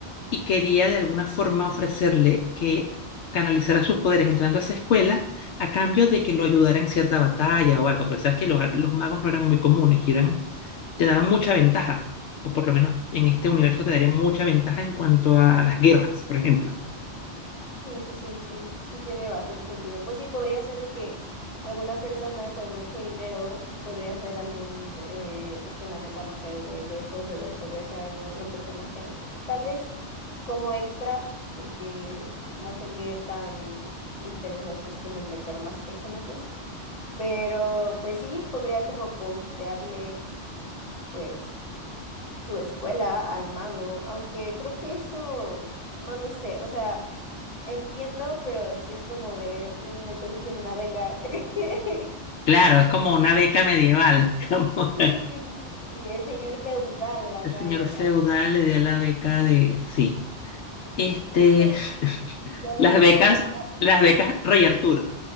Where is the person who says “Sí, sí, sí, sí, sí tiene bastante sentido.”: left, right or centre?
Left